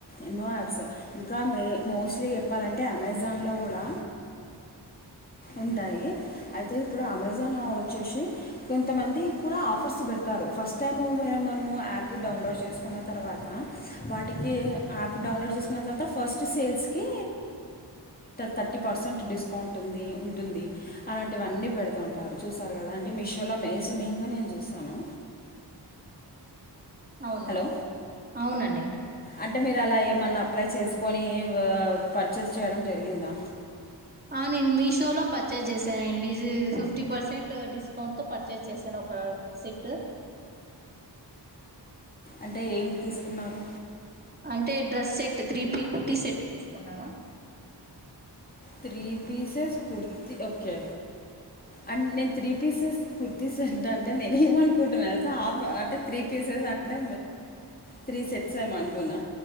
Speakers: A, on the left; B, on the right.
A: ఎన్నో యాప్స్ ఇంకా మే మోస్ట్లీ చెప్పాలంటే అమెజాన్లో కూడా ఉంటాయి అయితే ఇప్పుడు అమెజాన్ వచ్చేసి కొంతమంది కూడా ఆఫర్స్ పెడతారు ఫస్ట్ టైం మనము యాప్ డౌన్లోడ్ చేసుకున్న తర్వాత వాటికి యాప్ డౌన్లోడ్ చేసుకున్న తర్వాత ఫస్ట్ సేల్స్ కి థర్టీ పర్సెంట్ డిస్కౌంట్ ఉంది ఉంటుంది అలాంటివన్నీ పెడుతుంటారు చూసారు కదా అంటే మీషోలో మే మెయిన్ గా నేను చూస్తాను
B: అవును
A: హలో
B: అవునండి
A: అంటే మీరు అలా ఏమన్నా అప్లై చేసుకొని పర్చేస్ చేయడం జరిగిందా
B: ఆ నేను మీషోలో పర్చేస్ చేశానండి ఫిఫ్టీ పర్సెంట్ డిస్కౌంట్తో పర్చేస్ చేశాను ఒక సెట్
A: అంటే ఏం తీసుకున్నారు
B: అంటే డ్రస్ సెట్ త్రీపీ కుర్టీ సెట్ తీసుకున్నాను
A: త్రీ పీసెస్ కుర్తి ఓకే అంటే నేను త్రీ పీసెస్ కుర్తీస్ ఏంట అంటే నేను ఏమనుకుంటున్నాను హాఫ్ అంటే త్రీ పీసెస్ అంటే త్రీ సెట్స్ ఏమ అనుకున్నా